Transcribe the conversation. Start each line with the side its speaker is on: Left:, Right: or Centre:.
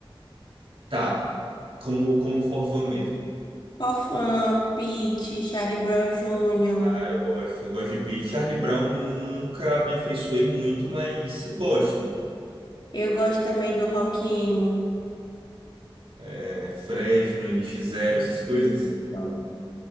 Right: Tá. Como, como forfã mesmo.
Left: Forfun, Pitty, Charlie Brown Jr.
Right: Ah, eu gosto. Eu gosto de Pete. Charlie Brown eu nu- nunca me afeiçoei muito, mas eu gosto.
Left: Eu gosto também do rock emo.
Right: É, Fresno, NX Zero, essas coisas.
Left: Isso.